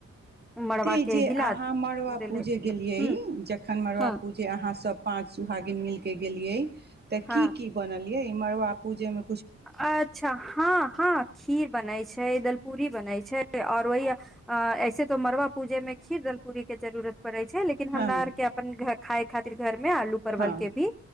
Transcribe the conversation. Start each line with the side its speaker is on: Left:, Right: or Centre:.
Centre: मड़बा
Right: ते
Centre: के
Right: जे
Centre: हिला
Right: अहाँ मड़बा
Centre: देले
Right: पूजे गेलियै
Centre: ह
Right: जखन मड़बा
Centre: हँ
Right: पूजे अहाँ सभ पाँच सुहागिन मिलके के गेलियै तऽ
Centre: हँ
Right: की की बनल यै मरबा पूजे मे
Centre: अच्छा हँ हँ खीर बनैत छै दलपूरी बनैत छै आओर वह अऐे तो मरबा पूजे में खीर दलपूरी के जरुरत पड़े छै लेकिन
Right: हँ
Centre: हमरा आर के अपन खाय खातिर घर में आलू परवल
Right: हँ
Centre: के भी